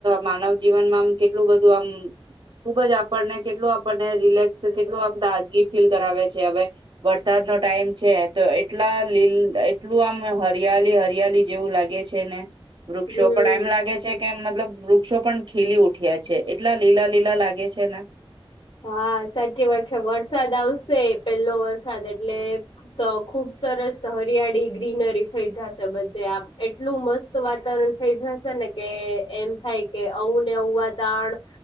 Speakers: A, on the right (about 55°); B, on the left (about 70°).
A: માનવ જીવનમાં આમ કેટલું બધું આમ ખુબ જ આપને કેટલું આપણને રિલેક્સ કેટલું આપતા ફીલ કરાવે છે હવે વરસાદ નો ટાઈમ છે તો એટલા લીલ એટલું આમ હરિયાલી હરિયાલી જેવું લાગે છે ને વૃક્ષો
B: હમ
A: પણ એમ લાગે છે. કેમ મતલબ વૃક્ષો પણ ખીલી ઉઠ્યા છે એટલા લીલા લીલા લાગે છે ને
B: હા સાચી વાત છે વરસાદ આવશે પેલો વરસાદ એટલે ખુબ સરસ હરિયાળી ગ્રીનરી થઈ જશે બધે આમ એટલું મસ્ત વાતાવરણ થઈ જશે ને કે એમ થાય કે આવું ને આવું વાતાવરણ